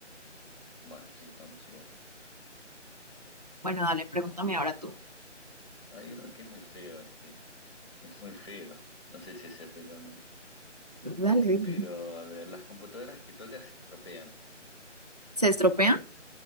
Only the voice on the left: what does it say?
Bueno, así que estamos igual.
Hay uno que es muy feo este, es muy feo. No sé si hacértelo o no.
Pero, a ver, las computadoras que tocas se estropean,